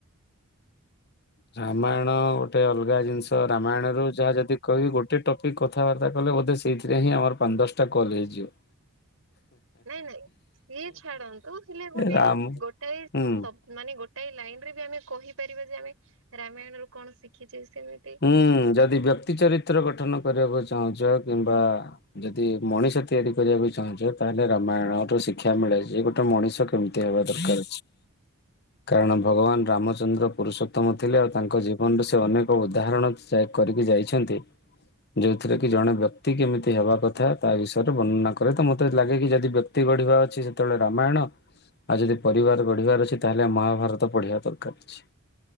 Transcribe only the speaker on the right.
<inaudible> ନାଇଁ ନାଇଁ ସିଏ ଛାଡନ୍ତୁ ହେଲେ ଗୋଟେ
ଗୋଟାଏ ଶବ
ମାନେ ଗୋ ଟାଏ ଲାଇନ ରେ ବି ଆମେ କହିପାରିବା ଯେ, ଆମେ ରାମାୟଣ ରୁ କଣ ଶିଖିଛେ। ସେମିତି